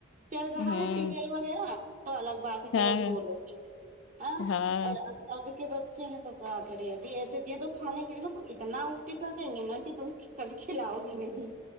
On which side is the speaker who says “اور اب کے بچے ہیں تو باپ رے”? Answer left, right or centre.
Right